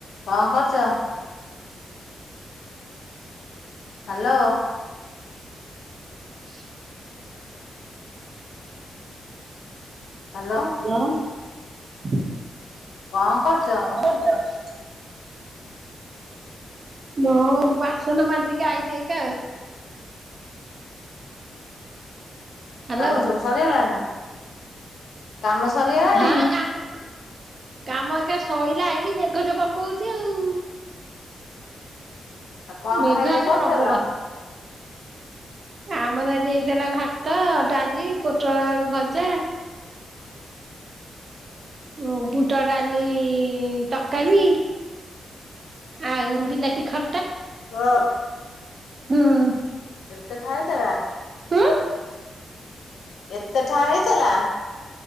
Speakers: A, on the left; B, on the right.
A: କଣ କରୁଚ? Hello.
B: <inaudible>
A: Hello
B: hello
A: କଣ କରୁଛ?
B: କଣ କରୁଚ? ମୋ ବାଷନ ମାଜି କି ଆଇଲି ଏକା ଆଉ। ହାଲୋ
A: କାମ ସବୁ ସରିଗଲାଣି? କାମ ସରିଗଲାଣି
B: ହଁ କାମ କାମ ଏକା ଶରିଲାଇ। ଖାଲି ମେଘଜ ପକଉଛଚି ଆଉ।
A: ଆଉ କଣ
B: ମେଘ
A: ଖାଇବା
B: ଆଜି
A: କରିଥିଲ?
B: ପ୍ରବଳ ଆମର ଆଜି ହେଇଥିଲା ଭାତ, ଡାଲି, ପୋଟଳ ଆଳୁ ଭଜା।
A: <inaudible>
B: ଓ ବୁଟ ଡାଲି ତରକାରୀ। ଆଉ ବିଲାତି ଖ
A: ର
B: ହଁ।
A: ଏତେ ଖାଉଚ ବା?
B: ହୁଁ?
A: ଏତେ ଠା ହେଇଥିଲା?